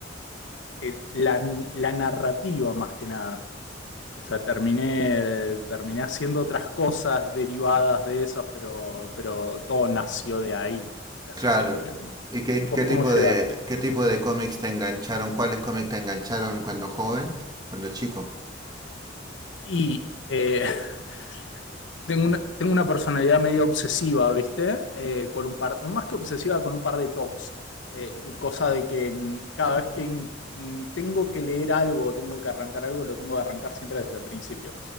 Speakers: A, on the left; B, on the right.
A: el- la, la narrativa más que nada. O sea, terminé, terminé haciendo otras cosas derivadas de esas, pero, pero todo nació de ahí, casi
B: claro.
A: siempre.
B: ¿Y qué,
A: ¿Vos
B: qué tipo
A: cómo llegaste?
B: de qué tipo de cómics te engancharon? ¿Cuáles cómics te engancharon cuando joven? Cuando chico.
A: Y eh, <laughs> tengo una, tengo una personalidad medio obsesiva, ¿viste? Eh, con un par, más que obsesiva, con un par de tocs. Eh, cosa de que mm, cada vez que mm, tengo que leer algo, tengo que arrancar algo, lo tengo que arrancar siempre desde el principio.